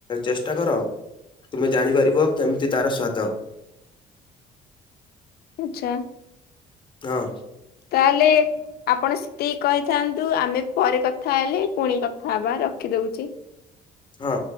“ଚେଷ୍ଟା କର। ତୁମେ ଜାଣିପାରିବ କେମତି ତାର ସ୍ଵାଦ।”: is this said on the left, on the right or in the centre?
Left